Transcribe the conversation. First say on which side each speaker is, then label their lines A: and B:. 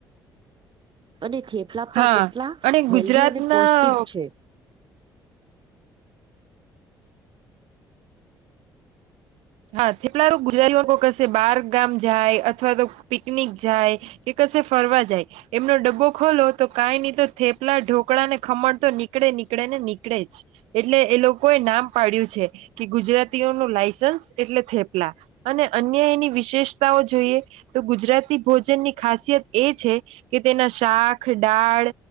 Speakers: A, on the right; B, on the right.
A: અને થેપલા પણ
B: હા
A: કેટલા
B: અને ગુજરાતના
A: હેલ્ધી અને પૌષ્ટિક છે.
B: હા, થેટલા ગુજરાતી કશે બહિહાર ગામ જાય, અથવા તો પિકનિક જાય. કશે ફરવા જાય, એમનો ડબ્બો ખોલો, તો કાંઈ નહીં તો થેપલા, ઢોકળ ને ખમણ તો. નીકડે, નીકળે ને, નીકળે જ. એટલે એ લોકો એ નામ પાડ્યું છે કે, ગુજરાતીઓનું લાયસન્સ એટલે થેપલા અને અન્ય એની વિશેષતાઓ જોઈએ તો, ગુજરાતી. ભોજન ની ખાસિયત એ છે કે, તેના શાક, દાળ.